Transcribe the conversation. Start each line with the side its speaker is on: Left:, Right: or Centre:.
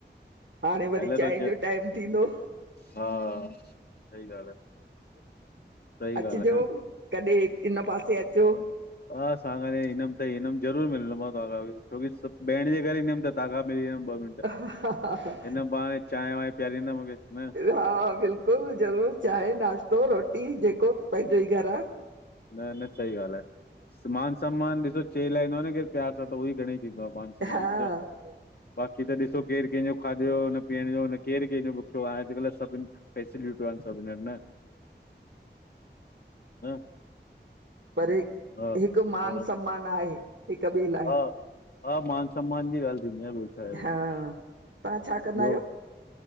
Right: हाणे
Left: खाई
Right: वरी
Left: लाथो
Right: चांहिं
Left: ज
Right: जो टाइम थींदो
Left: हा सही ॻाल्हि आहे सही
Right: अचिजो
Left: ॻाल्हि आहे
Right: कॾहिं हिन पासे अचो
Left: आ सागानेर इनम त इनम ज़रूर मिलन्दो आ छोकी सब भेण जे करे ईंदमि ताखां मिली वमि ॿ मिंट
Right: हा हा हा
Left: हिन बहाने चां वांहिं पीआरींदा मूंखे न
Right: हा बिल्कुल ज़रूर चांहि नाश्तो रोटी जेको पंहिंजो ई घर आ
Left: न न सही ॻाल्हि आहे। मान सम्मान ॾिसो लाइदो आ न केरु प्यार सां त उह ई घणेई थींदो आ मान सम्मान
Right: हा
Left: जा बाक़ी त ॾिसो केरु कंहिंजो खाधो न पीअण जो न केरु कंहिंजो भुखियो आहे अॼुल्ह सभिन फेसिलिटी व स न न
Right: पर
Left: हा
Right: हिक्क मान
Left: हा
Right: सम्मान आहे हिकु ॿिए लाइ
Left: हा हा मान सम्मान जी ॻाल्ह थींदी आहे ॿियो छा आहे ॿियो
Right: हा तव्हां छा कंदा आहियो